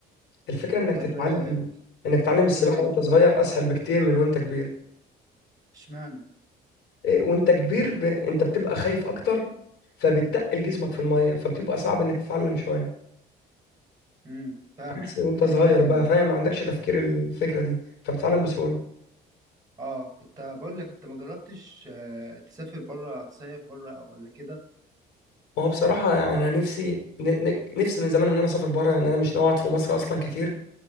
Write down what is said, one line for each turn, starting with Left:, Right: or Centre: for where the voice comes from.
Left: الفكره انك
Right: طب
Left: تتعلم
Right: آه،
Left: انك تتعلم السباحه
Right: تقول ايه
Left: وانت صغير اسهل بكتير من وانت كبير
Right: اشمعنى
Left: إيه، وانت كبير ب... انت بتبقى خايف اكتر فبتقل جسمك في الميه فبتبقى صعب انك تتعلم شويه
Right: امم فاهم
Left: عكس وانت
Right: ال
Left: صغير بقى فاهم ما عندكش تفكير الفكره دي فبتتعلم بسهوله
Right: اه انت بقول لك انت ما جربتش آه، تسافر بره تصيف بره ولا كده
Left: هو بصراحه يعني انا نفسي ن... ن- نفسي من زمان ان انا اسافر بره يعني انا مش ناوي اقعد في مصر اصلا كتير